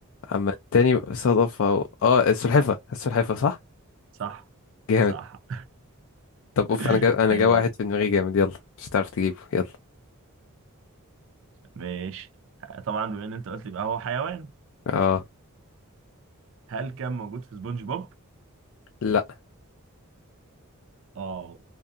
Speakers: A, on the left (about 60°); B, on the right (about 60°).
A: اما التاني صدفة و... اه السلحفة السلحفة صح
B: صح
A: جامد
B: صح
A: طب اوف
B: <laughs>
A: انا جا... انا
B: حلو
A: جا واحد
B: أوي.
A: في دماغي جامد يلا مش هتعرف تجيبه يلا
B: ماشي آه، طبعا بما ان انت قلت يبقى هو حيوان
A: اه
B: هل كان موجود في سبونج بوب؟
A: لا
B: اه